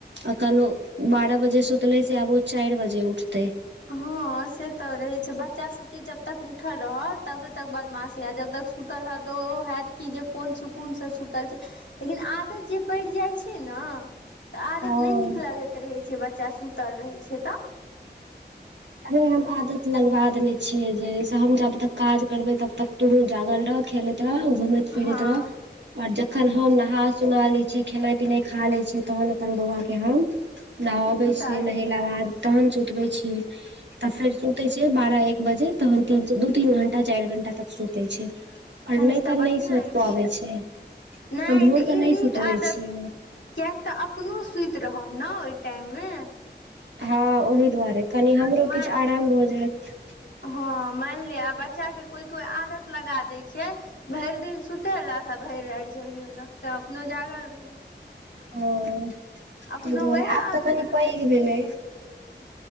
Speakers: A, on the right (about 80°); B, on the left (about 80°).
A: अखन ओ बारह बजे सुतले से आब वो चार बजे उठतै
B: हँ से तऽ रहे छै बच्चा सबके जबतक उठल रहत तब तक बदमाशी आ जब तक सुतल रहत तऽ ओ होयैत कि जे कोन सुकूनसँ सुतल छै लेकिन आदत जे पड़ि जाइत छै न तऽ आदत
A: हँ
B: नहि नीक लगैत रहै छै बच्चा सुतल रहै छै तऽ
A: अरे हम आदत लगबा देने छियै जइ सऽ हम जब तक काज करबे तब तक तूहूं जागल रह खेले घूमैत फिरैत
B: हँ
A: रहब और जखन हम नहा सुना ले छियै खेनाइ पिनाइ खा ले छियै तहन अपन बौआ के हम नहाबे
B: सुता
A: छीयै
B: दै
A: नहेला
B: छै
A: के बाद तहन सुतबे छीयै तऽ फेर सुते छै बारह एक बजे तहन दू तीन घंटा चार घण्टा तक सुते छै और
B: तहन
A: नहि तऽ
B: बढ़िआँ
A: नहि सुइत
B: अछि
A: पाबै छै
B: नहि
A: हम भोरके
B: तऽ ई
A: नाए
B: नीक
A: सुतबै
B: आदत
A: छी
B: किएक तऽ अपनो सुति रहब ने ओहि टाइम मे
A: हँ ओहि दुआरे कनि हमते
B: मानि
A: किछ आराम भऽ जायत
B: हँ मानि लिअ आ बच्चा के कोई कोई आदत लगा दै छै भरि दिन सुतेलक भैर राइत जगेलक तऽ अपनो जागल रहू
A: ओ तैए
B: अपनो
A: दुआरे
B: उएह आदत
A: आब तऽ कनि
B: रहै
A: पैघ
B: छै
A: भेलै